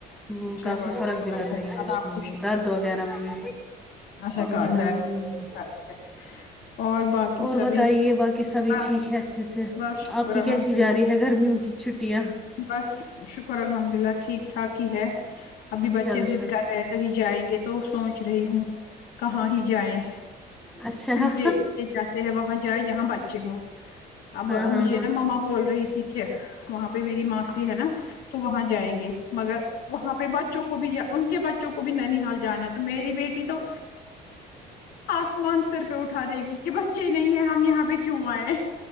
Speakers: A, in the centre; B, on the left.
A: ہوں
B: چلو
A: کافی
B: اچھی
A: فرق
B: بات
A: بھی لگ رہی ہے
B: اللہ آپ
A: درد وغیرہ میں بھی
B: ا شا
A: آمین
B: کا
A: آمین
B: درد
A: آمین
B: فرق ہے اور باقی
A: اور
B: سبھی
A: بتائیے باقی سبھی
B: بس
A: ٹھیک ہے اچھے سے
B: بس شکر
A: آپ کی
B: الحمد
A: کیسی جا
B: للہ
A: رہی ہے یہ گرمیوں کی چھٹیاں
B: بس شکر الحمد اللہ ٹھیک ٹھاک ہی ہے ابھی بچے
A: چلو چلو
B: ضد کر رہے کہیں جائیں گے تو سوچ رہی ہوں کہاں ہی جائے
A: اچھا
B: کیونکہ
A: ہاں
B: یہ چاہتے ہیں وہاں جائے جہاں بچے ہو اب
A: ہاں
B: مجھے
A: ہاں
B: نا مما بول رہی ٹھیک ہے پہ میری ماسی ہے نا تو وہاں جائیں گے مگر وہاں پہ بچوں کو بھی ان کے بچوں کو بھی نانیحال جانا ہے تو میری بیٹی تو آسمان سر پہ اٹھا دے گی کہ بچے نہیں ہے ہم یہاں پہ کیوں آئے